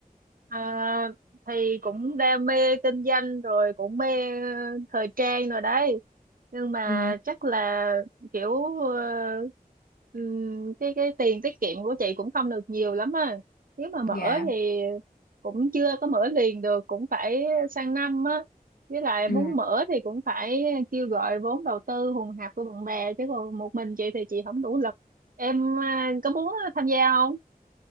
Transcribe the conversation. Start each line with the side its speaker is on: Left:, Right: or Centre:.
Right: À, thì cũng đam mê kinh doanh rồi cũng mê ờ, thời trang rồi đấy nhưng mà
Left: ừ
Right: chắc là kiểu ờ, ừm, cái cái tiền tiết kiệm của chị cũng không được nhiều lắm à nếu mà mở
Left: dạ
Right: thì cũng chưa có mở liền được cũng phải sang năm á với lại
Left: ừ
Right: muốn mở thì cũng phải kêu gọi vốn đầu tư hùn hạp của bạn bè chứ còn một mình chị thì chị không đủ lực em à, có muốn tham gia không